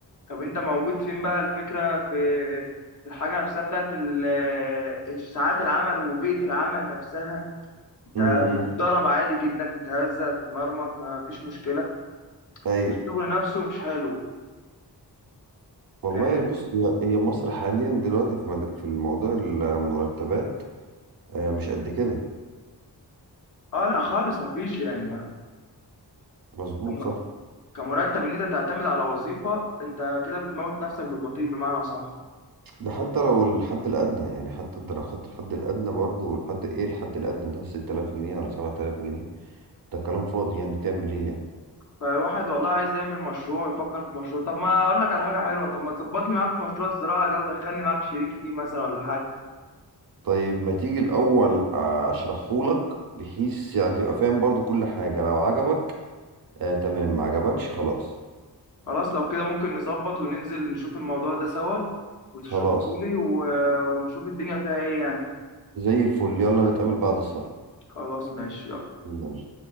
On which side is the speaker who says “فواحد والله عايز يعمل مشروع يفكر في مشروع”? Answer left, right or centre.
Left